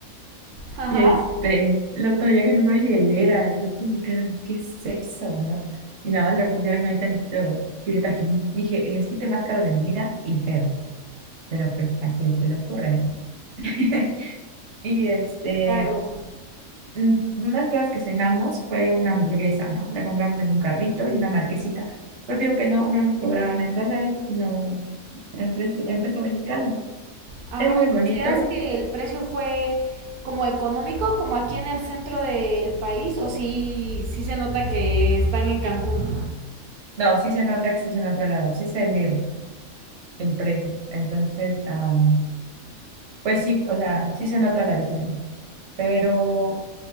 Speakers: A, on the right; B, on the right.
A: ajá,
B: Y este, lo traían en una hielera, y yo pues me quedaba, ¿qué es eso, no? Y nada, le pusieron ahí tantito chile tajín. Dije, el esquite más caro de mi vida, y feo, pero pues, a quién se le ocurre, ¿no? <laughs> Y este,
A: claro.
B: mm, unas cosas que cenamos fue una hamburguesa, ¿no? La compramos en un carrito y una marquesita. Pero digo que no, no nos cobraban en dólares, sino en, precio- en peso mexicano.
A: Ajá,
B: Es muy
A: ¿y
B: bonito.
A: ¿consideras que el precio fue como económico, como aquí en el centro del país, o sí, sí se nota que están en Cancún?
B: No, sí se nota que estás en otro lado, sí se eleva el precio. Entonces, am, pues sí, o sea, sí se nota la diferencia. Pero